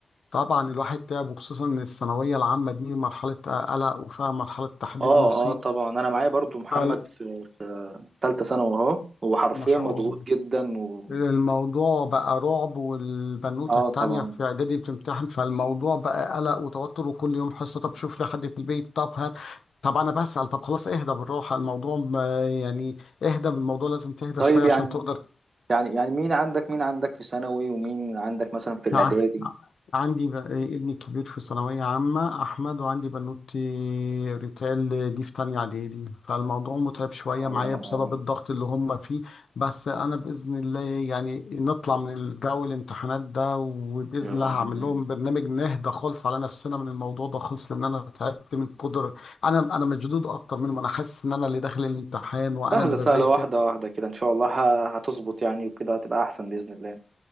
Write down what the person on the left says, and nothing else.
طبعا الواحد تعب وخصوصا من الثانويه العامه دي مرحله قلق وفيها مرحله تحديد
مصير
فال-
ما شاء
الله
الموضوع بقى رعب والبنوتة
التانية
في إعدادي بتمتحن فالموضوع بقى قلق وتوتر وكل يوم حصة طب شوف لي حد في البيت طب هات طب أنا بسأل طب خلاص اهدى بالراحة الموضوع ما- يعني اهدى بالموضوع لازم تهدى
شوية
عشان تقدر
ع- عندي ب- ابني الكبير في ثانوية عامة أحمد وعندي بنوتي ريتال دي في تانية إعدادي فالموضوع متعب شوية
معايا بسبب
الضغط اللي هم فيه بس أنا بإذن الله يعني نطلع من الجو الامتحانات ده وبإذن
الله هعمل
لهم برنامج نهدى خالص على نفسنا من الموضوع ده خالص لأن أنا تعبت من قدر أنا أنا مشدود أكتر منهم أنا حاسس إن أنا اللي داخل الامتحان وأنا
اللي بذاكر